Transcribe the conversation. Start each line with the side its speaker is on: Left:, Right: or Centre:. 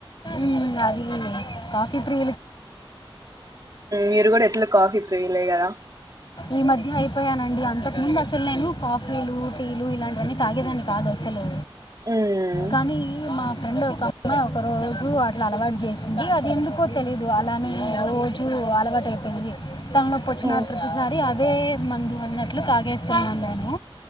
Left: ఉ అది కాఫీ ప్రి
Right: మీరు కూడా ఎట్లా కాఫీ ప్రియులే కదా
Left: ఈ మధ్య అయిపోయానండి అంతకు ముందు అసలు నేను కాఫీలు టీలు ఇలాంటివన్నీ తాగేదాని కాదు అసలు
Right: మ్మ్
Left: కానీ మా ఫ్రెండ్ ఒక అమ్మాయి ఒక రోజు అట్లా అలవాటు చేసింది అది ఎందుకు కో తెలీదు అలానే రోజు అలవాటు అయిపోయింది తల నొప్పి వచ్చిన
Right: మ్మ్
Left: ప్రతిసారి అదే మందు అన్నట్లు తాగేస్తాన్నాను నేను